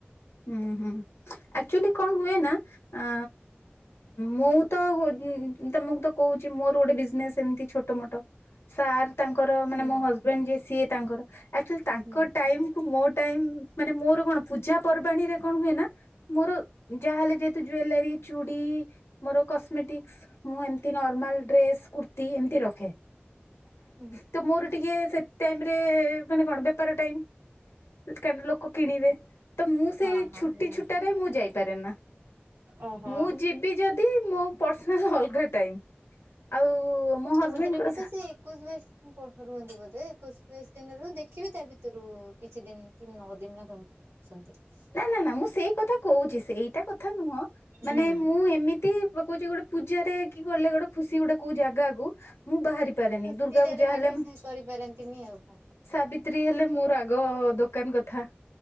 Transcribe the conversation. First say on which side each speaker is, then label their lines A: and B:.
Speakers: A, on the left; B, on the right.
A: ହୁଁ ହୁଁ ଆକ୍ଚୁଆଲି କଣ ହୁଏ ନା। ଆ ମୁଁ ତ ତମକୁ ତ କହୁଛି ମୋର ଗୋଟେ ବିଜନେସ ଏମିତି ଛୋଟ ମୋଟ। ସାର୍ ତାଙ୍କର ମାନେ
B: ହୁଁ
A: ମୋ ହଜବେଣ୍ଡ ଯିଏ ସିଏ ତାଙ୍କର। ଆକଚୁଆଲି ତାଙ୍କ
B: ହୁଁ
A: ଟାଇମ କୁ ମୋ ଟାଇମ ମାନେ ମୋର କଣ ପୂଜା ପର୍ବାଣୀରେ କଣ ହୁଏ ନା ମୋର ଯାହା ହେଲେ ଯେହେତୁ ଜୁଏଲାରୀ ଚୁଡ଼ି ମୋର କସମେଟିକ୍ ମୁଁ ଏମିତି ନର୍ମାଲ ଡ୍ରେସ୍ କୁ ତି ଏମିତି ରଖେ।
B: ହୁଁ
A: ତ ମୋର ଟିକେ ସେ ଟାଇମରେ ମାନେ କଣ ବେପାର ଟାଇମ କାଇଁ ନା ଲୋକ କିଣିବେ। ତ ମୁଁ ସେଇ
B: ହଁ ହଁ
A: ଛୁଟି ଛୁଟାରେ ମୁଁ ଯାଇପାରେ ନା
B: ଓହୋ।
A: ମୁଁ ଯି ଯଦି ମୋ ପରସନାଲ ଅଲଗା ଟାଇମ। ଆଉ ମୋ ହଜବେଣ୍ଡଙ୍କର
B: ଏମିତିରେ ବି ତ ସେ ଏକୋଇଶି ବାଇଶି ଦିନ ପଠରୁ ହୁଅନ୍ତି ବୋଧେ ଏକୋଇଶି ବାଇଶି ଦିନରୁ ଦେଖ ଦେଖିବେ ତା ଭିତରୁ କିଛି ଦିନ କି ନଅ ଦିନ ନା କଣ। ସମଥିଙ୍ଗ।
A: ନା ନା ନା ମୁଁ ସେଇ କଥା କହୁଛି ସେଇଟା କଥା ନୁହଁ ମାନେ
B: ହୁଁ।
A: ମୁଁ ଏମିତି କହୁଛି ଗୋଟେ ପୂଜାରେ ଗଲେ ଗୋଟେ ଖୁସି ଗୋଟେ କୋଉ ଜାଗା କୁ ମୁଁ ବାହାରି ପାରେନି
B: ଖୁସିଟାରେ
A: ଦୁର୍ଗା ପୂଜା
B: ମେଣ୍ଟେନ
A: ହେଲେ
B: କରିପାରନ୍ତିନି ଆଉ କଣ।
A: ସାବିତ୍ରୀ ହେଲେ ମୋର ଆଗ ଦୋକାନ କଥା